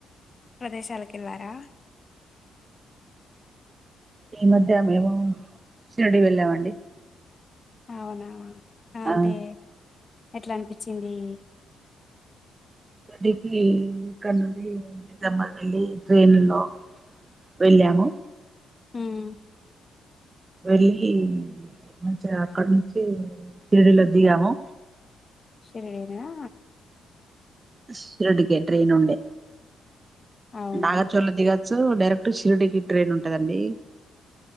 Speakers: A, on the left; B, on the right.
A: ప్రదేశాలకు వెళ్ళారా
B: ఈ మధ్య మేము శిరిడి వెళ్ళామండి
A: అవునా అ
B: ఆ
A: అంటే ఎట్లా అనిపిచింది
B: షిరిడికి ఇక్కనుండి నిజాబాద్ వెల్లి ట్రైన్ లో వెళ్ళాము
A: ఉం
B: వెళ్ళి మంచిగా అక్కడ నుంచి శిరిడీల దిగాము
A: షిరిడి నా
B: షిరిడి కే ట్రెైన్ ఉండే
A: అవునా
B: నాగా చొల్లే దిగద్ సు డైరెక్ట్ షిరిడికి ట్రైన్ ఉంటదండి